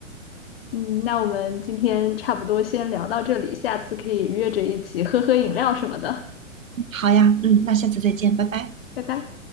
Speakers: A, on the left; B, on the right.
A: 嗯，那我们今天差不多先聊到这里，下次可以约着一起喝喝饮料什么的。
B: 好呀，嗯，那下次再见，拜拜。
A: 拜拜。